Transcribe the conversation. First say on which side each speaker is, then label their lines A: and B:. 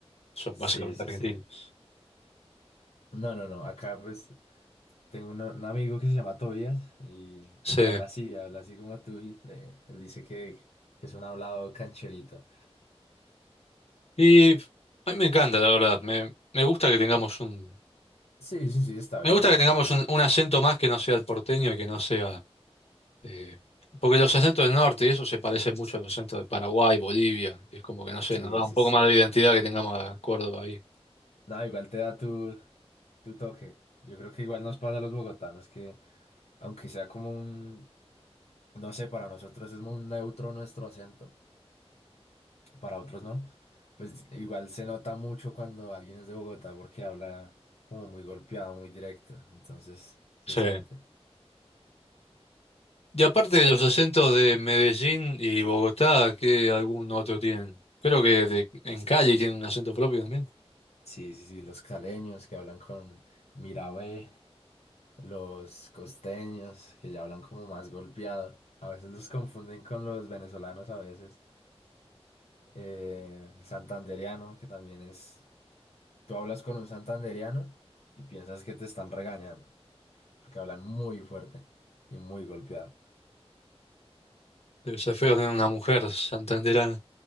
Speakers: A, on the left; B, on the left.
A: son
B: Sí,
A: básicamente
B: sí,
A: argentinos.
B: sí. No, no, no, acá pues tengo un, un amigo que se llama Tobias y
A: Sí,
B: habla así, habla así como tú y le- él dice que, que es un hablado cancherito.
A: y a mí me encanta, la verdad. Me, me gusta que tengamos un...
B: Sí, sí, sí, está
A: Me
B: bien,
A: gusta
B: está.
A: que tengamos un, un acento más que no sea el porteño y que no sea... Eh, porque los acentos del norte y eso se parece mucho a los acentos de Paraguay, Bolivia. y es como que, no sé,
B: Sí,
A: nos da un
B: sí,
A: poco
B: sí.
A: más de identidad que tengamos a Córdoba ahí.
B: No, igual te da tu, tu toque. Yo creo que igual nos pasa a los bogotanos que, aunque sea como un, no sé, para nosotros es muy neutro nuestro acento, para otros no, pues igual se nota mucho cuando alguien es de Bogotá porque habla como muy golpeado, muy directo. Entonces se
A: Sí.
B: siente.
A: Y aparte
B: Sí,
A: de los acentos de Medellín y Bogotá, ¿qué algún otro tienen? Creo que de- en Cali tienen un acento propio también.
B: sí, sí, sí. Los caleños que hablan con Mirabé, los costeños que ya hablan como más golpeado. A veces los confunden con los venezolanos a veces. eh, el santandereano, que también es, tú hablas con un santandereano y piensas que te están regañando, porque hablan muy fuerte y muy golpeado.
A: Debe ser feo tener una mujer santanderana.